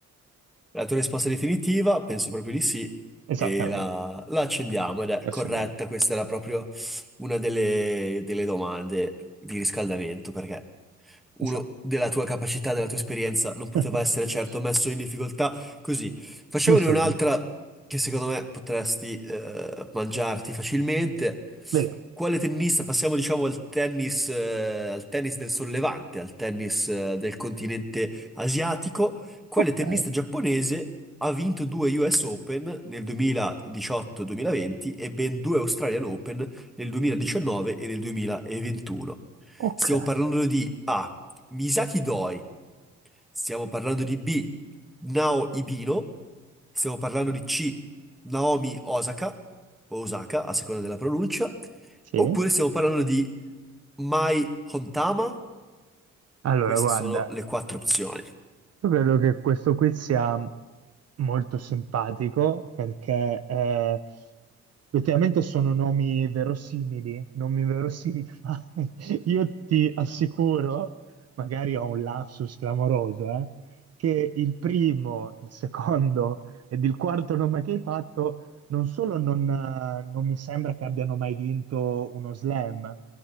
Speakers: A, in the centre; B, on the right.
A: La tua risposta è definitiva? Penso proprio di sì.
B: Esattamente.
A: E la, la accendiamo ed è
B: Accendiamo.
A: corretta. Questa era proprio una delle, delle domande di riscaldamento perché uno
B: Esatto.
A: della tua capacità, della tua esperienza, non poteva
B: <laughs>
A: essere certo messo in difficoltà così. Facciamone
B: Molto
A: un'altra
B: bene.
A: che secondo me potresti eh, mangiarti facilmente.
B: Vediamo.
A: Quale tennista? Passiamo, diciamo, al tennis, eh, al tennis del sollevante, al tennis eh, del continente asiatico. Quale
B: Ok.
A: tennista giapponese ha vinto due US Open nel 2018-2020 e ben due Australian Open nel 2019 e nel 2021?
B: Ok.
A: Stiamo parlando di A. Misaki Doi. Stiamo parlando di B, Nao Ibino. Stiamo parlando di C, Naomi Osaka, o Osaka, a seconda della pronuncia.
B: Sì.
A: Oppure stiamo parlando di Mai Hontama.
B: Allora,
A: Queste
B: guarda,
A: sono le quattro opzioni.
B: Io credo che questo quiz sia molto simpatico perché eh, effettivamente sono nomi verosimili, nomi verosimili, <laughs> ma io ti assicuro, magari ho un lapsus clamoroso, eh, che il primo, il secondo ed il quarto nome che hai fatto non solo non, eh, non mi sembra che abbiano mai vinto uno slam,